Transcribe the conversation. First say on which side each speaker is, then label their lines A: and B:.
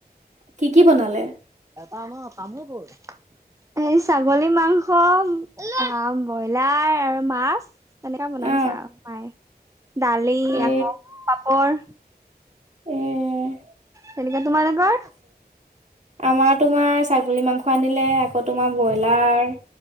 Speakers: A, on the right; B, on the right.
A: কি কি বনালে?
B: এটা আমাৰ তামো কত হে ছাগলী মাংস আ ব্ৰইলাৰ আৰু মাছ। তেনেকে বনাই
A: অ
B: দিছে আৰু মায়ে দালি
A: এ
B: আকৌ পাপৰ।
A: উম।
B: তেনেকা তোমাৰ ঘ?
A: আমাৰ তোমাৰ ছাগলী মাংস আনিলে আকৌ তোমাৰ ব্ৰইলাৰ।